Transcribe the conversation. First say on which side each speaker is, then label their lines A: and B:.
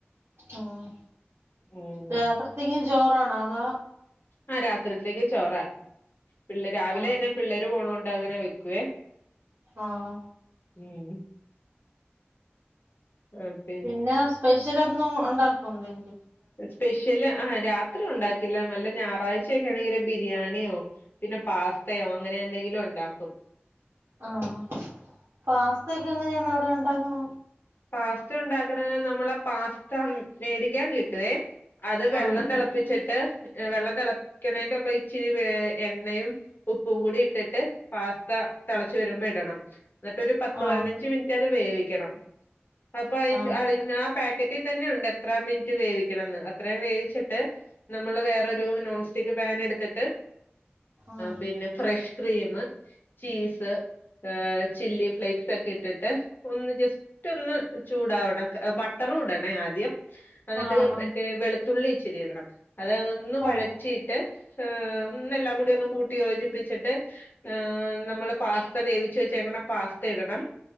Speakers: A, on the right (about 75°); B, on the left (about 50°).
A: ഉം....
B: ഉം
A: രാത്രിത്തേക്കും ചോറാണോ? അതോ?
B: ആഹ്! രാത്രിത്തേക്കും ചോറാ. പിള്ളേര് രാവിലെ
A: ആഹ്
B: ന്നെ പിള്ളേര് പോണോണ്ട് അങ്ങനെ വെക്കുവേ.
A: ആഹ്!
B: ഉം..... ഉം....
A: പിന്നെ സ്പെഷ്യലൊന്നും ഉണ്ടാക്കൊ ന്തെങ്കിലും.
B: സ്പെഷ്യല് ആ രാത്രി ഉണ്ടാക്കില്ല വല്ല ഞാറാഴ്ചയൊക്ക ആണെങ്കില് ബിരിയാണ്യോ പിന്നെ പാസ്തയോ അങ്ങനെ എന്തെങ്കിലും ഉണ്ടാക്കും.
A: ആഹ് പാസ്തൊക്കെ എങ്ങനെയാണ് അവിടെ ഉണ്ടാക്കുന്നത്?
B: പാസ്ത ഇണ്ടാക്ക്ണ നമ്മളാ പാസ്ത മേടിക്ക്യാൻ കിട്ടുവേ. അത് വെള്ളം
A: ആഹ്
B: തിളപ്പിച്ചിട്ട് വെള്ളം തിളക്ക്ണേന്റൊപ്പം ഇച്ചിരി എണ്ണയും. ഉപ്പും കൂടി ഇട്ടിട്ട് പാസ്ത തിളച്ച് വരുമ്പോ ഇടണം. എന്നിട്ടൊരു പത്ത്
A: ആഹ്
B: പതിനഞ്ച് മിൻറ്റ് അത് വേവിക്കണം അപ്പ അയ്
A: ആഹ്
B: ആ പാക്കറ്റ് റ്റി തന്നെ ഉണ്ട് എത്ര മിനിറ്റ് വേവിക്കണന്ന് അത്രയും വേവിച്ചിട്ട് നമ്മൾ വേറൊരു നോൺ സ്റ്റിക്ക് പാൻ എട്‌ത്തിട്ട്
A: ആഹ്
B: പിന്നെ ഫ്രഷ് ക്രീമ് ചീസ് ഏഹ് ചില്ലി ഫ്ലേക്സൊക്കെ ഇട്ടിട്ട് ഒന്ന് ജസ്റ്റ് റ്റൊന്ന് ചൂടാവണം ബട്ടറും ഇടണേ ആദ്യം. എന്നിട്ട്
A: ആഹ് ആഹ്
B: മറ്റേ വെളുത്തുള്ളി ഇച്ചിരി ഇടണം. അത് ഒന്ന്
A: ആഹ്
B: വഴറ്റിയിട്ട് ഏഹ് ഒന്നെല്ലാം കൂടി ഒന്ന് കൂട്ടി യോജിപ്പിച്ചിട്ട് ഏഹ് നമ്മള് പാസ്ത വേവിച്ച വെച്ചേക്കണ പാസ്ത ഇടണം